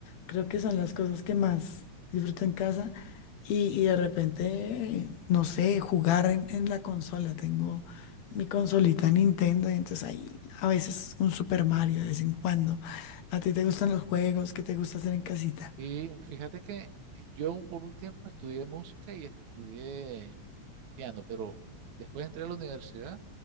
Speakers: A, on the left; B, on the right.
A: Creo que son las cosas que más disfruto en casa. Y, y de repente, no sé, jugar en, en la consola. Tengo mi consolita Nintendo y entonces ahí a veces un Super Mario de vez en cuando. ¿A ti te gustan los juegos? ¿Qué te gusta hacer en casita?
B: Y fíjate que yo por un tiempo estudié música y estudié piano, pero después entré a la universidad, o